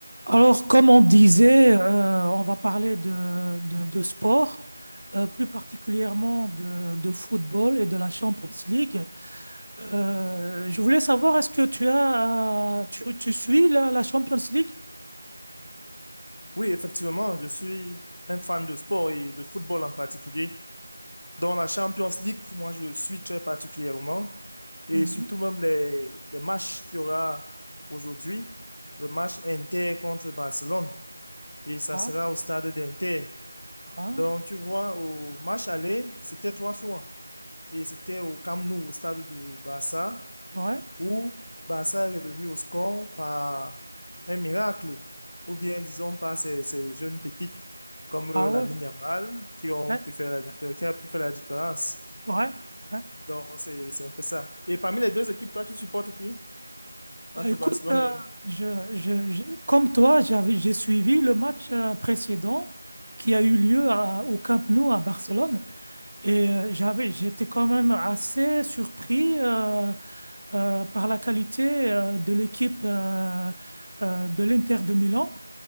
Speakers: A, on the right; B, on the left.
A: Alors, comme on disait, euh, on va parler de, de, de sport, euh, plus particulièrement de, de football et de la Champions League. Euh, je voulais savoir, est-ce que tu as, euh, tu, tu suis la, la Champions League?
B: Oui, effectivement, je suis un fan de sport et de football en particulier. Dans la Champions League, moi, je suis très particulièrement et
A: Mhm.
B: surtout même les, les matchs qu'il y aura aujourd'hui, le match Inter contre Barcelone et ça
A: Ah,
B: sera au stade d'Inter.
A: ah,
B: Donc, tu vois, au match aller, c'était trois fois et c'était au Camp Nou, au stade du Barça
A: ouais,
B: ou Barça est revenu au score par un miracle, ou bien disons par ces, ces jeunes pépites comme
A: ah
B: euh,
A: ouais,
B: Lamine Yamal qui ont
A: ouais,
B: pu faire la différence, qui a pu faire la différence.
A: ouais. ouais.
B: Donc c'est c'est un peu ça. Et parmi les deux équipes, toi tu supportes qui entre
A: Bah, écoute,
B: Barcelone
A: euh,
B: et
A: je, je, je- comme toi, j'avais, j'ai suivi le match euh, précédent qui a eu lieu à- au Camp Nou à Barcelone. Et euh, j'avais, j'étais quand même assez surpris euh, euh, par la qualité euh, de l'équipe euh, euh, de l'Inter de Milan.